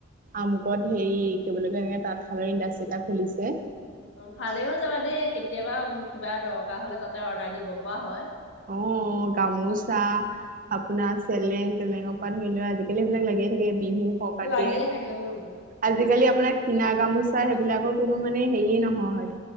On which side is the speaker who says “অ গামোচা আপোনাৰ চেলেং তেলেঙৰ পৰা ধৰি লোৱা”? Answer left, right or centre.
Right